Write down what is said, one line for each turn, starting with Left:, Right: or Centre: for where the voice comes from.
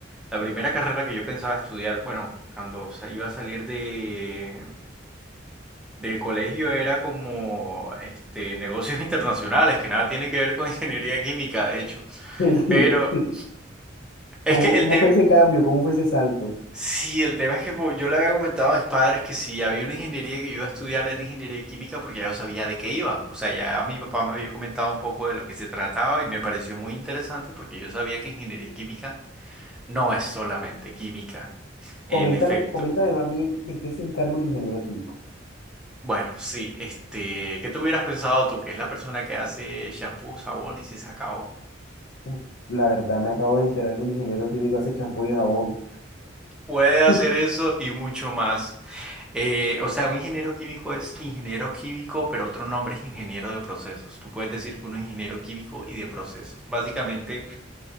Centre: La primera carrera que yo pensaba estudiar, bueno, cuando sa- iba a salir de, del colegio era como este, negocios <laughs> internacionales, que nada tiene que ver con <laughs> ingeniería química, de hecho.
Left: <laughs>
Centre: Pero
Left: Sí.
Centre: es
Left: ¿Cómo,
Centre: que el
Left: cómo
Centre: tema,
Left: fue ese cambio? ¿Cómo fue ese salto?
Centre: sí, el tema es que pues, yo le había comentado a mis padres que si había una ingeniería que yo iba a estudiar en ingeniería química porque ya yo sabía de qué iba. O sea, ya mi papá me había comentado un poco de lo que se trataba y me pareció muy interesante porque yo sabía que ingeniería química no es solamente química. En
Left: Coméntame,
Centre: efecto.
Left: coméntame más bien de qué se encarga un ingeniero químico.
Centre: Bueno, sí, este, ¿qué te hubieras pensado tú, que es la persona que hace shampoo, sabón y se acabó
Left: Uf, la verdad, me acabo de enterar que un ingeniero químico hace champú y jabón.
Centre: Puede hacer
Left: <laughs>
Centre: eso y mucho más. Eh, o sea, un ingeniero químico es ingeniero químico, pero otro nombre es ingeniero de procesos. Tú puedes decir que uno es ingeniero químico y de procesos. Básicamente,